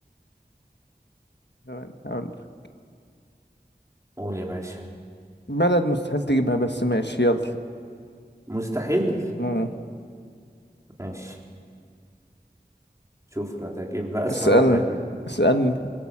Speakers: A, on the left (about 80°); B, on the right (about 20°).
A: ثواني هقول لك.
B: قول يا باشا
A: بلد مستحيل تجيبها بس ماشي يلا
B: مستحيل
A: أمم.
B: ماشي شوف اللي هتجيب بقى أسهل
A: اسألني
B: واحدة هتجيب
A: اسألني